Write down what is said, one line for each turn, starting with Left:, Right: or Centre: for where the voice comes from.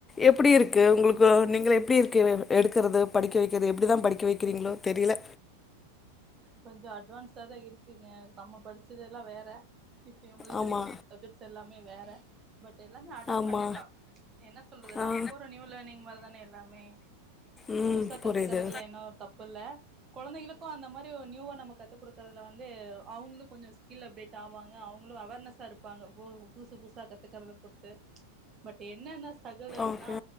Left: எப்டி இருக்கு உங்களுக்கு நீங்கள் எப்டி இருக்கு எடுக்கிறது படிக்க வெக்கிறது எப்படிதா படிக்க வெக் கிறிங்ளோ தெரியல
Right: கொஞ்சோ அட்வான்ஸா தா இருக்கீங்க நம்ம படிச்சதெல்லா வேற இப்ப உங்களுக்கு
Left: ஆமா
Right: இருக்கிற சப்ஜெக்ட்ஸ் எல்லாமே வேற பட் எல்லாமே அடாப்ட்
Left: ஆமா
Right: பண்ணிக்கலா என்ன சொல்றது
Left: ஆ
Right: நமக்கு ஒரு நியூ லேர்னிங் வரதுனே எல்லாமே
Left: ம்
Right: புதுசா கத்துக்கறதுல
Left: புரியுது
Right: என்னவோ தப்பு இல்ல கொழந்தைங்களுக்கு அந்த மாரி ஒரு நியூவா நம்ம கத்து குடுக்குறதுல வந்து அவங்ளுக் கொஞ்சோ ஸ்கில் அப்டேட் ஆவாங்க அவங்களு அவேர்னஸ்ஸ இருப்பாங்க ஓ புதுசு புதுசா கத்துக்கறத பொற்த்து பட் என்னா என்னா ஸ்டீரகல் அப்படினா
Left: ஓகே